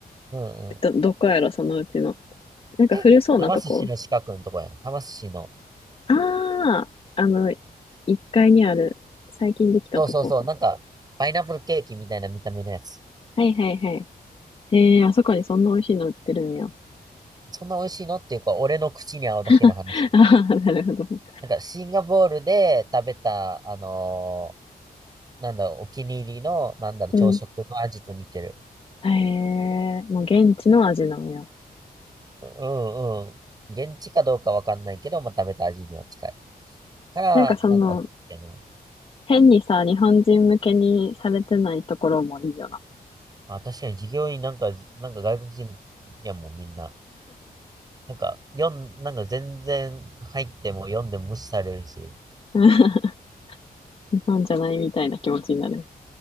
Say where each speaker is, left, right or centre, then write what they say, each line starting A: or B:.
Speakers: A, on the right; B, on the left.
A: うんうん。
B: ど、どこやろ、そのうちの。なんか古そうなとこ。
A: え、はま寿司の近くのとこやん。はま寿司の。
B: ああ、あの、一階にある、最近できたとこか。
A: そうそうそう。なんか、パイナップルケーキみたいな見た目のやつ。
B: はいはいはい。へえ、あそこにそんな美味しいの売ってるんや。
A: そんな美味しいのっていうか、俺の口に合うだけの話。
B: <laughs> ああ、なるほど。
A: なんか、シンガポールで食べた、あのーなんだろう、お気に入りの、なんだろう、
B: うん。
A: 朝食の味と似てる。
B: へえ、もう現地の味なのよ。
A: ううんうん。現地かどうかわかんないけど、まあ、食べた味には近い。から、
B: なんかその、
A: なんか、あの、
B: 変にさ、日本人向けにされてないところもいいよな。
A: あ、確かに従業員なんか、なんか外国人やもんみんな。なんか、読ん、なんか全然入っても読んでも無視されるし。
B: <laughs> 日本じゃないみたいな気持ちになる。